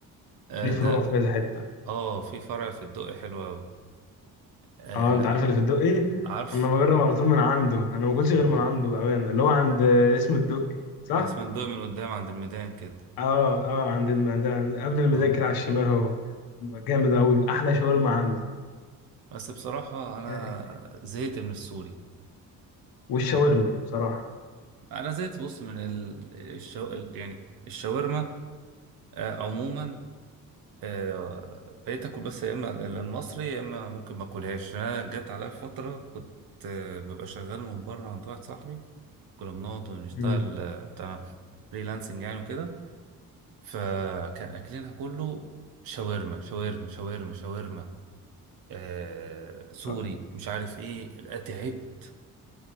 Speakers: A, on the right; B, on the left.
A: آه
B: ليه فروع
A: ده
B: في كذا حته
A: اه في فرع في الدقي حلو قوي آه
B: اه
A: لا
B: انت عارف اللي في الدقي
A: عارفه
B: انا بجرب على طول من عنده انا ما باكلش غير
A: <laughs>
B: من عنده بامانه اللي هو عند اسم الدقي صح
A: اسم الدقي من قدام عند الميدان كده
B: اه اه عند الميدان قبل الميدان
A: اه
B: كده على الشمال هو جامد قوي احلى شاورما عنده
A: بس بصراحة أنا
B: جاي.
A: زهقت من السوري
B: والشاورما
A: آه،
B: بصراحه
A: أنا زهقت بص من ال- الشو... يعني الشاورما آه، عموما آه، بقيت اكل بس يا اما المصري يا اما ممكن ما اكلهاش انا جت عليا فتره كنت آه، ببقى شغال من بره عند واحد صاحبي كنا بنقعد ونشتغل
B: امم
A: آه، بتاع فريلانسنج يعني وكده فكان اكلنا كله شاورما شاورما شاورما شاورما آه سوري
B: آه،
A: مش عارف ايه لا، تعبت